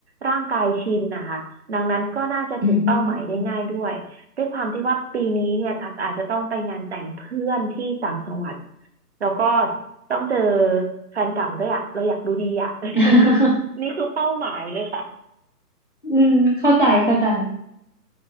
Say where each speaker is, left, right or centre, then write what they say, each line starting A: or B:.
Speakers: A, on the right; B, on the left.
A: ร่างกายชินนะคะดังนั้นก็น่าจะถึงเป้าหมายได้ง่ายด้วยด้วยความที่ว่าปีนี้เนี่ยตักอาจจะต้องไปงานแต่งเพื่อนที่ต่างจังหวัด
B: อืม
A: แล้วก็ต้องเจอแฟนเก่าด้วยอ่ะเราอยากดูดีอ่ะ
B: <laughs>
A: <laughs> นี่คือเป้าหมายเลยค่ะ
B: อืมเข้าใจเข้าใจ